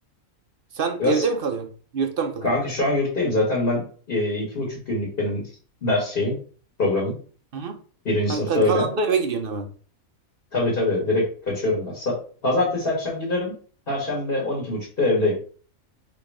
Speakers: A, on the right; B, on the left.
A: Sen
B: Biraz
A: evde mi kalıyorsun? Yurtta mı kalıyorsun?
B: kanka şu an yurttayım zaten ben e, iki buçuk günlük benim ders şeyim programım.
A: Hı hı.
B: Birinci
A: Hani
B: sınıfta
A: kal-
B: öyle.
A: kalan da eve gidiyorsun hemen.
B: Tabii tabii direkt kaçıyorum ben. Sa- Pazartesi akşam giderim. Perşembe on iki buçukta evdeyim.